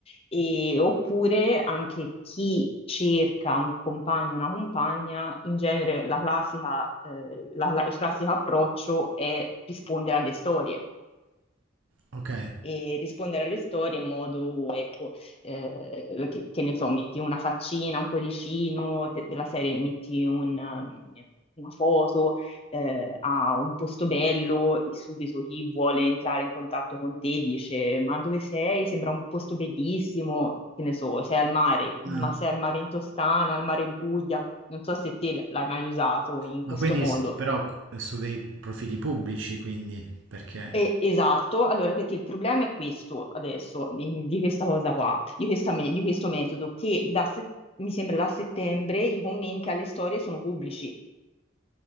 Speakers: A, on the left; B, on the right.
A: E- oppure anche chi cerca un compagno, una compagna, in genere la classica, eh, la- la- il classico approccio è rispondere alle storie
B: Ok.
A: e rispondere alle storie in modo, ecco, eh, che, che ne so, metti una faccina, un cuoricino te- della serie, metti un, um, una foto eh, a un posto bello e subito chi vuole entrare in contatto con te dice: Ma dove sei? Sembra un posto bellissimo. Che ne so, sei al mare, ma
B: Ah.
A: sei al mare in Toscana, al mare in Puglia. Non so se te l'hai mai usato in
B: Ma
A: questo
B: quindi,
A: modo.
B: s- però, eh, su dei profili pubblici, quindi, perché...
A: Eh, esatto, allora perché il problema è questo adesso, di, di questa cosa qua, di, questa me- di questo metodo, che da se- mi sembra da settembre i commenti alle storie sono pubblici,